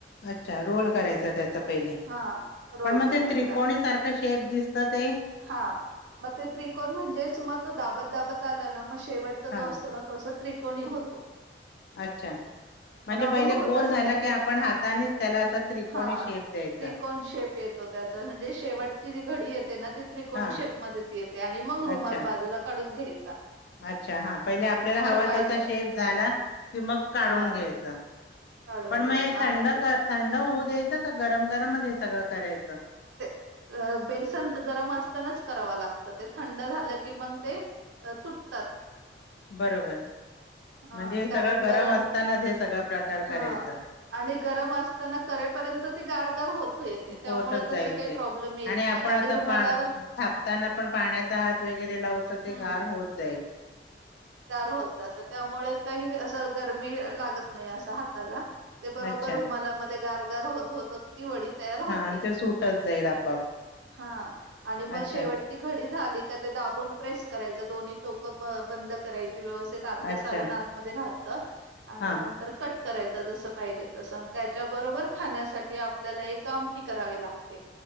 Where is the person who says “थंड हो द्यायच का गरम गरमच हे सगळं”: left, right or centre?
Left